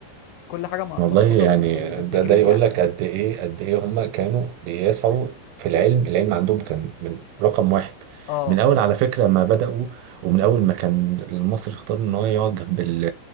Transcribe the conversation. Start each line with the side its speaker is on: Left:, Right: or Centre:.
Left: كل حاجه م-
Right: والله
Left: مظبوطه
Right: يعني
Left: بال... بال... بالديجري
Right: ده ده يقول
Left: يعني
Right: لك قد ايه قد ايه هم كانوا بيسعوا في العلم العلم عندهم كان من رقم واحد
Left: اه
Right: من اول على فكره ما بداوا ومن اول ما كان المصري اختار ان هو يقعد جنب ال-